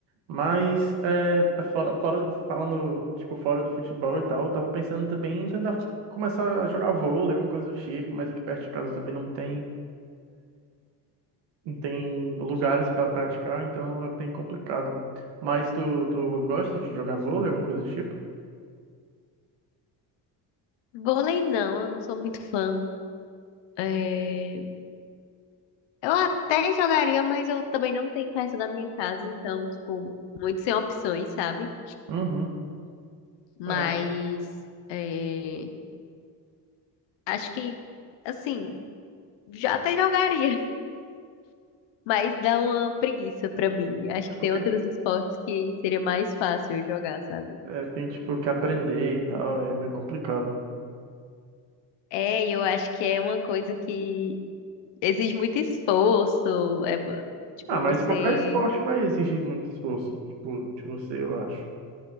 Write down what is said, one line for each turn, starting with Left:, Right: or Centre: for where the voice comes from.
Right: Mas é, é fora, fora do, falando tipo fora do futebol e tal, eu tava pensando também em tentar começar a jogar vôlei, alguma coisa do tipo, mas aqui perto de casa também não tem não tem lugares para praticar, então é bem complicado. Mas tu, tu gosta de jogar vôlei, alguma coisa do tipo?
Left: vôlei não, eu não sou muito fã. É, Eu até jogaria, mas eu também não tenho perto da minha casa, então, tipo, muito sem opções, sabe?
Right: Uhum.
Left: Mas
Right: É,
Left: é, acho que, assim, já até jogaria, <laughs> mas dá uma preguiça pra mim. Acho
Right: é
Left: que
Right: porque
Left: tem outros esportes que seria mais fácil eu jogar, sabe?
Right: é, tem tipo que aprender e tal, é meio complicado.
Left: É, eu acho que é uma coisa que exige muito esforço, é, tipo,
Right: Ah, mas
Left: você...
Right: qualquer esporte vai exigir muito esforço, tipo, de você, eu acho.